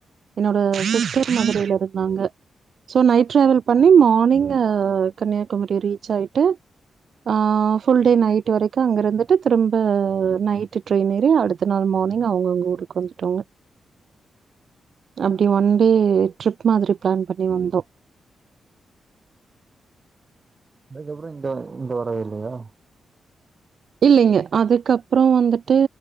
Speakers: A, on the right (about 65°); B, on the right (about 45°).
A: என்னோட சிஸ்ட்டர் மதுரைல இருந்தாங்க சோ நைட் ட்ராவல் பண்ணி மானிங் ஆ கன்னியாகுமரி ரீச் ஆய்ட்டு ஆ ஃபுல் டே நைட் வரைக்கு அங்கயிருந்துட்டு திரும்ப நைட்டு ட்ரெயின் ஏறி அடுத்த நாள் மானிங் அவுங்கவுங்க ஊருக்கு வந்துட்டாங்க அப்டி ஒன் டே ட்ரிப் மாதிரி ப்ளான் பண்ணி வந்தோ
B: அதுக்கப்றோ இங்க இங்க வரவே இல்லயா
A: இல்லேங்க அதுக்கப்றோ வந்துட்டு